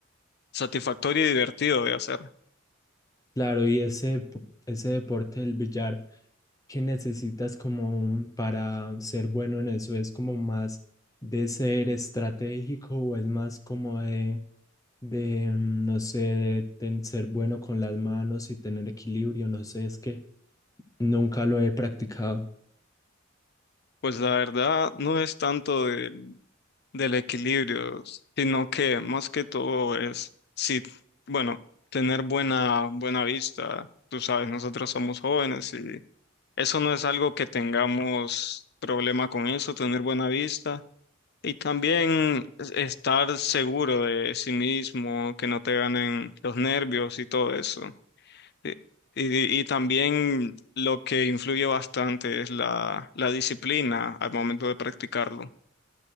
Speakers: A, on the left; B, on the left.
A: satisfactorio y divertido de hacer.
B: Claro, y ese, po- ese deporte del billar, que necesitas como para ser bueno en eso? ¿Es como más de ser estratégico o es más como de, de mm, no sé, de ten- ser bueno con las manos y tener equilibrio? No sé, es que nunca lo he practicado.
A: Pues la verdad no es tanto de- del equilibrio, sino que más que todo es, sí, bueno, tener buena, buena vista. Tú sabes, nosotros somos jóvenes y eso no es algo que tengamos problema con eso, tener buena vista. Y también es- estar seguro de sí mismo, que no te ganen los nervios y todo eso. Y, y- y también lo que influye bastante es la, la disciplina al momento de practicarlo.